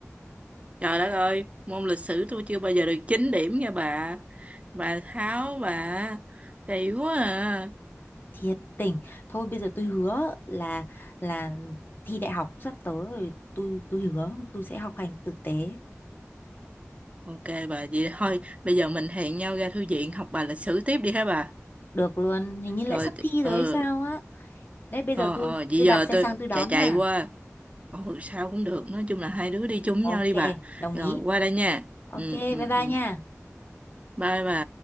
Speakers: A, on the right; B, on the left.
A: Trời đất ơi, môn lịch sử tôi chưa bao giờ được 9 điểm nha bà. Bà Tháo, bà. Kỳ quá à.
B: thiệt tình thôi bây giờ tôi hứa là là thi đại học sắp tới rồi tôi tôi hứa tôi sẽ học hành tử tế
A: Ok bà, vậy thôi, bây giờ mình hẹn nhau ra thư viện học bài lịch sử tiếp đi hả bà?
B: được luôn hình như lại
A: Rồi,
B: sắp thi
A: ừ,
B: rồi hay sao á đấy bây
A: ờ,
B: giờ tôi
A: ờ, vậy
B: tôi
A: giờ
B: đạp xe
A: tôi
B: sang tôi đón
A: chạy chạy
B: nha
A: qua. Ừ, sao cũng được, nói chung là hai đứa đi chung với nhau
B: ok
A: đi bà.
B: đồng
A: Rồi,
B: ý
A: qua đây nha.
B: ok
A: Ừ,
B: bye
A: ừ,
B: bye
A: ừ.
B: nha
A: Bye bà.